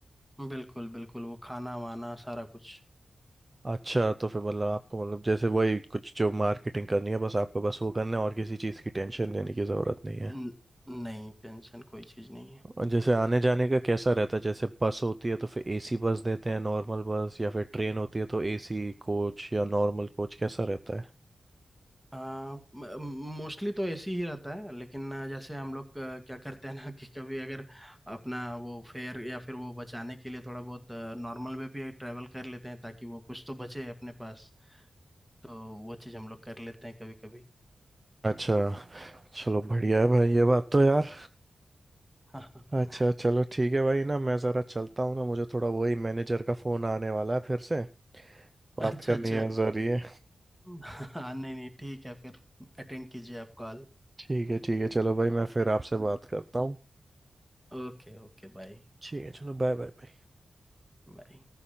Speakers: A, in the centre; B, on the right.
A: बिल्कुल बिल्कुल वो खाना वाना सारा कुछ
B: अच्छा तो फिर मतलब आपको मतलब जैसे वही कुछ जो मार्केटिंग करनी है बस आपको बस वो करना है और किसी चीज़ की टेंशन लेने की ज़रूरत नहीं है
A: न- नहीं टेंशन कोई चीज़ नहीं है
B: और जैसे आने जाने का कैसा रहता है जैसे बस होती है तो फिर एसी बस देते हैं नॉर्मल बस या फिर ट्रेन होती है तो एसी कोच या नॉर्मल कोच कैसा रहता है
A: मोस्टली तो ऐसे ही रहता है लेकिन अ, जैसे हम लोग अ, क्या करते हैं ना कि कभी अगर अपना वो फेयर या फिर वो बचाने के लिए थोड़ा बहुत नॉर्मल में भी ट्रैवल कर लेते हैं ताकि वो कुछ तो बचे अपने पास तो वो चीज़ हम लोग कर लेते हैं कभी कभी
B: अच्छा चलो बढ़िया है भाई ये बात तो यार
A: <laughs>
B: अच्छा चलो ठीक है भाई ना मैं ज़रा चलता हूँ ना मुझे थोड़ा वही मैनेजर का फ़ोन आने वाला है फिर से बात
A: अच्छा
B: करनी
A: अच्छा
B: है ज़रिए
A: हम्म। <laughs> हाँ नहीं नहीं ठीक है फिर अटेंड कीजिए आप call
B: ठीक है ठीक है चलो भाई मैं फिर आपसे बात करता हूँ
A: Okay okay bye
B: ठीक है चलो बाय बाय
A: bye